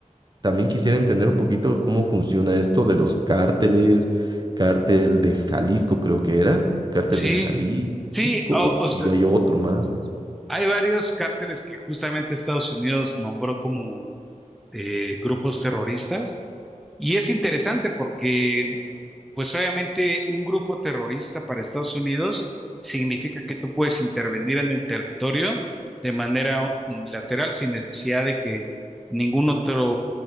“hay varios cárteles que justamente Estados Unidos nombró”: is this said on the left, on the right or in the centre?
Centre